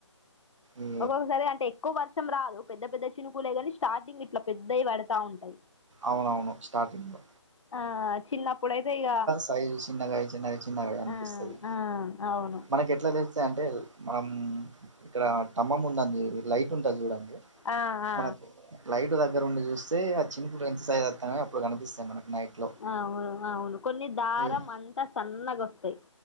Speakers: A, on the right; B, on the left.
A: ఈ
B: ఒక్కొక్కసారి అంటే ఎక్కువ వర్షం రాదు పెద్ద పెద్ద చినుకులే కాని స్టార్టింగ్ ఇట్ల పెద్దవి పడతా ఉంటయి
A: అవునవును స్టార్టింగ్ లో
B: ఆ చిన్నప్పుడు అయితే ఇగ
A: సైజ్ చిన్నగాయీ చిన్నగ చిన్నగాయి అనిపిస్తది
B: ఆ ఆ అవును
A: మనకు ఎట్లా తె స్తే అంటే ఆమ్ ఇక్కడ స్తంభం ఉందండి లైట్ ఉంటది చూడండి
B: ఆహా
A: మనకు లైట్ దగ్గర ఉండి చూస్తే ఆ చినుకులు ఎంత సైజ్ వతన్న అప్పుడు కనిపిస్తాయి మనకు నైట్ లో
B: ఆ అవును అ అవును కొన్ని దారం
A: ఈ-
B: అంతా సన్నగోస్తయి